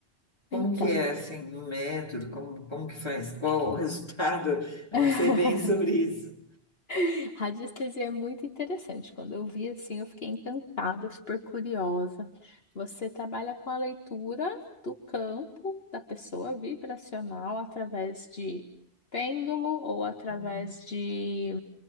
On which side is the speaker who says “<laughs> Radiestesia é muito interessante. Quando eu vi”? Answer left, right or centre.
Left